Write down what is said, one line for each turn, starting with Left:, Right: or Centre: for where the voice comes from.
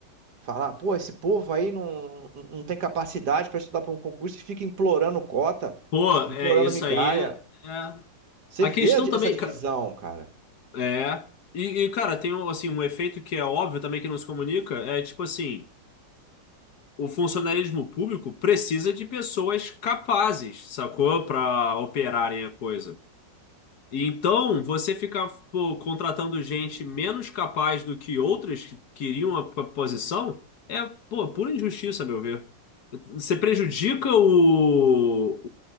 Right: falar, pô, esse povo aí não, não não tem capacidade pra estudar pra um concurso e fica implorando cota,
Left: Pô,
Right: implorando
Left: é, isso
Right: migalha.
Left: aí. é.
Right: Você
Left: A
Right: vê
Left: questão
Right: a di-
Left: também.
Right: essa divisão,
Left: ca-
Right: cara.
Left: É. E, e, cara, tem um, assim, um efeito que é óbvio também que não se comunica. É tipo assim: o funcionalismo público precisa de pessoas capazes, sacou? Pra operarem a coisa. E Então, você ficar pô, contratando gente menos capaz do que outras que queriam a a posição é, pô, pura injustiça, a meu ver. Você prejudica o,